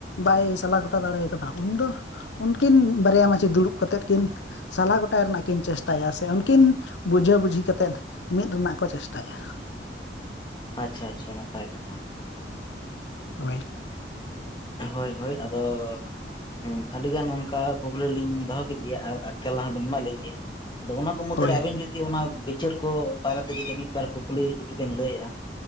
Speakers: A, on the left; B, on the left.
A: ᱵᱟᱭ ᱥᱟᱞᱟ ᱜᱚᱴᱟ ᱫᱟᱲᱮ ᱠᱟᱫᱟ ᱩᱱᱫᱚ ᱩᱱᱠᱤᱱ ᱵᱟᱨᱭᱟ ᱢᱟᱺᱡᱷᱤ ᱫᱩᱲᱩᱵ ᱠᱟᱛᱮᱫ ᱠᱤᱱ ᱥᱟᱞᱟ ᱜᱚᱴᱟᱭ ᱨᱮᱱᱟᱜ ᱠᱤᱱ ᱪᱮᱥᱴᱟᱭᱟ ᱥᱮ ᱩᱱ ᱠᱤᱱ ᱵᱩᱡᱷᱟᱹ ᱵᱩᱡᱷᱤ ᱠᱟᱛᱮᱫ ᱢᱤᱫ ᱨᱮᱱᱟᱜ ᱠᱚ ᱪᱮᱥᱴᱟᱭᱟ ᱾
B: ᱟᱪᱪᱷᱟ ᱟᱪᱪᱷᱟ ᱱᱟᱯᱟᱭ ᱠᱟᱛᱷᱟ ᱾
A: ᱦᱳᱭ ᱾
B: ᱦᱳᱭ ᱦᱳᱭ ᱟᱫᱚ ᱦᱮᱸ ᱟᱹᱰᱤ ᱜᱟᱱ ᱚᱱᱠᱟ ᱯᱩᱜᱞᱤ ᱞᱤᱧ ᱫᱚᱦᱚ ᱠᱮᱫ ᱜᱮᱭᱟ ᱟᱨ ᱛᱮᱞᱟᱦᱵᱤᱱ ᱮᱢᱟ ᱞᱤᱧ ᱜᱮᱭᱟ ᱾ ᱟᱫᱚ ᱚᱱᱟ ᱠᱚ ᱢᱩᱚᱫᱽᱫᱨᱮ
A: ᱦᱳᱭ
B: ᱟᱹᱵᱤᱱ ᱡᱩᱫᱤ ᱚᱱᱟ ᱵᱤᱪᱟᱹᱨ ᱠᱚ ᱵᱟᱨᱮᱛᱮ ᱡᱩᱫᱤ ᱢᱤᱫ ᱵᱟᱨ ᱠᱩᱠᱞᱤ ᱡᱩᱫᱤ ᱵᱮᱱ ᱞᱟᱹᱭᱟ ᱾